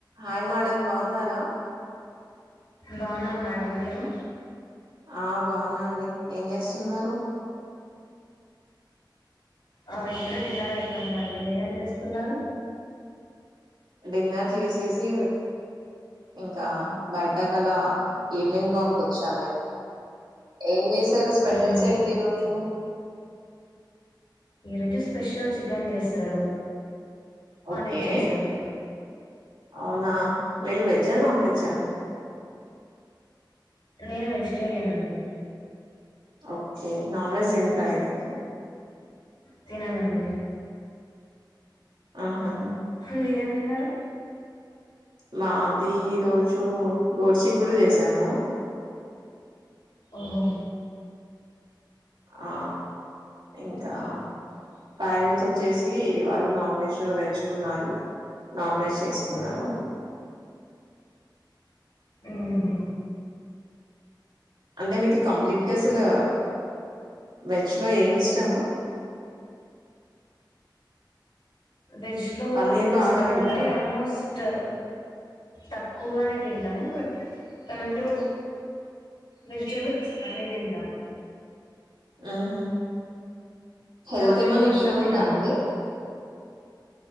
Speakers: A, on the right; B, on the left.
A: hi madam బాగున్నారా
B: బాగున్నాను madam మీరు
A: ఆ బాగునాండి ఏం చేస్తున్నరు
B: ఆ ఇప్పుడే డిన్నర్ అయిపోయిందండి మీరేం చేస్తున్నరు
A: డిన్నర్ చేసేసి ఇంకా బయటకలా ఈవినింగ్ వాక్ వచ్చా నేను ఏం చేసారు స్పెషల్స్
B: మ్మ్
A: ఏంటి ఈ రోజు
B: ఈ రోజు స్పెషల్ చికెన్ చేశారు పన్నీర్
A: ఓకే
B: చేశారు
A: అవునా మీరు వెజ్జా నాన్ వెజ్జా
B: నేను వెజిటేరియన్ అండి
A: ఓకే నాన్ వెజ్ తినరా అయితే
B: తిననండి
A: ఆహా
B: మీరేం తిన్నరు
A: మాది ఈ రోజు గోరిచిక్కుడు చేసాను
B: ఓహో
A: ఆ ఇంకా పేరెంట్స్ వచ్చేసి వాళ్ళు నాన్ వెజ్ తెచ్చుకున్నారు నాన్ వెజ్ చేసుకున్నారు
B: ఉహు
A: అంటే మీకు కంప్లీట్ గ అసలు వెజ్ లో ఏమిష్టము
B: వెజ్ లో
A: పన్నీర్
B: ఏమిష్టం
A: బాగా తింటారా
B: అంటే ఆల్మోస్ట్ తక్కువగానే తింటాను బట్ తింటూ వెజిటెబుల్స్ అన్నీ తింటాను
A: ఉహు హెల్త్
B: నాన్
A: ఏమన్న
B: వెజ్ మాత్రం
A: ఇష్యూ ఉందా
B: తినను
A: అండి